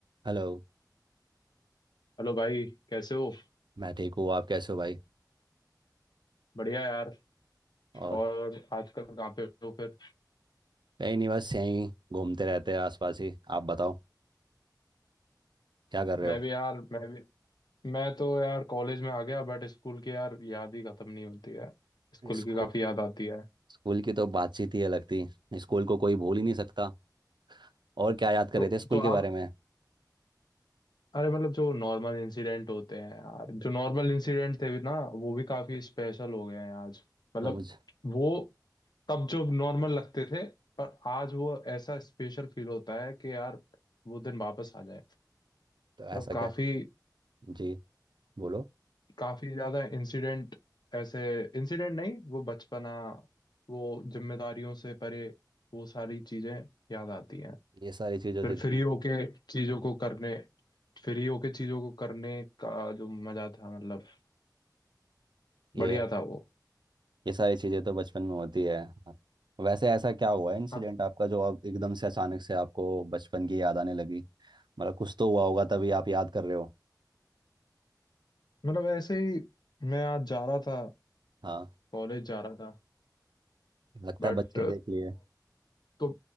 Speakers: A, on the right (about 90°); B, on the left (about 70°).
A: Hello
B: Hello भाई कैसे हो
A: मैं ठीक हूँ आप कैसे हो भाई
B: बढ़िया यार
A: और
B: और आजकल कहाँ पे हो फिर
A: कहीं नहीं बस यहीं घूमते रहते हैं आसपास ही आप बताओ क्या कर रहे
B: मैं
A: हो
B: भी यार मैं भी मैं तो यार कॉलेज में आ गया बट स्कूल की यार याद ही खत्म नहीं होती है स्कूल
A: इसको
B: की काफी याद आती है
A: स्कूल की तो बातचीत ही अलग थी स्कूल को कोई भूल ही नहीं सकता और क्या याद कर
B: तो
A: रहे थे स्कूल
B: तो
A: के बारे
B: आप
A: में
B: अरे मतलब जो नॉर्मल इंसिडेंट होते हैं यार जो नॉर्मल इंसिडेंट थे भी ना वो भी काफी स्पेशल हो गए हैं आज मतलब
A: तो मुझे
B: वो तब जो नॉर्मल लगते थे पर आज वो ऐसा स्पेशल फील होता है कि यार वो दिन वापस आ जाए
A: तो
B: मतलब
A: ऐसा क्या
B: काफी
A: जी बोलो
B: काफी ज्यादा इंसिडेंट ऐसे इंसिडेंट नहीं वो बचपना वो जिम्मेदारियों से परे वो सारी चीजें याद आती हैं
A: ये सारी चीज़ें
B: फिर
A: होती थी
B: फ्री होके चीजों को करने फ्री होके चीजों को करने का जो मजा था मतलब
A: ये
B: बढ़िया था वो
A: ये सारी चीज़ें तो बचपन में होती है वैसे ऐसा क्या हुआ है इंसिडेंट
B: हाँ
A: आपका जो अब एकदम से अचानक से आपको बचपन की याद आने लगी मतलब कुछ तो हुआ होगा तभी आप याद कर रहे हो
B: मतलब ऐसे ही मैं आज जा रहा था
A: हाँ
B: कॉलेज जा रहा था
A: लगता
B: बट
A: है बच्चे देख लिए
B: तो